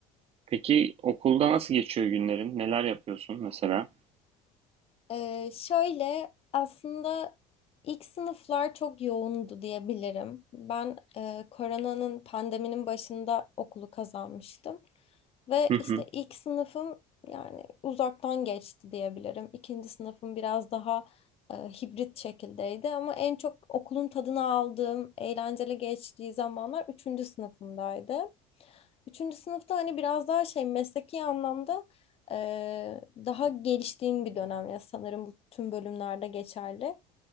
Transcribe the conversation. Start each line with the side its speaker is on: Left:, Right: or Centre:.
Right: Peki okulda nasıl geçiyor günlerin? Neler yapıyorsun mesela?
Left: Ee, şöyle aslında ilk sınıflar çok yoğundu diyebilirim. Ben e, koronanın pandeminin başında okulu kazanmıştım. Ve
Right: Hı hı.
Left: işte ilk sınıfım yani uzaktan geçti diyebilirim. İkinci sınıfım biraz daha e, hibrit şekildeydi ama en çok okulun tadını aldığım, eğlenceli geçtiği zamanlar üçüncü sınıfımdaydı. Üçüncü sınıfta hani biraz daha şey mesleki anlamda eee, daha geliştiğin bir dönem ya sanırım bu tüm bölümlerde geçerli.